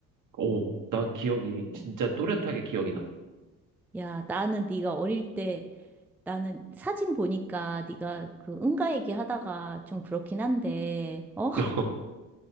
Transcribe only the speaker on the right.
어, 나 기억이 진짜
또렷하게 기억이 나.
<laughs>